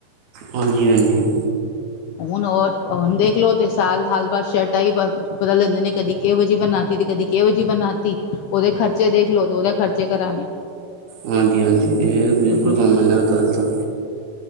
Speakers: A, on the right; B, on the left.
A: ਹਾਂਜੀ-ਹਾਂਜੀ,
B: ਹੁਣ ਹੋਰ ਹੁਣ ਦੇਖਲੋ ਤੇ ਸਾਲ ਹਾਲ ਬਾਅਦ ਸ਼ਰਟਾਂ ਹੀ ਬਦਲ ਲੈਂਦੇ ਨੇ ਕਦੀ ਕਿਹੋ ਜੀ ਬਣਾ ਤੀ, ਕਦੀ ਕਦੀ ਕਿਹੋ ਜੀ ਬਣਾ ਤੀ ਉਹਦੇ ਖਰਚੇ ਦੇਖ ਲੋ ਤੇ ਉਹਦੇ ਖਰਚੇ ਕਰਾਣੇ।
A: ਹਾਂਜੀ-ਹਾਂਜੀ ਇਹ ਬਿਲਕੁਲ
B: ਉਧਰੋਂ
A: ਕੰਮ ਨਾ ਗ਼ਲਤ ਆ।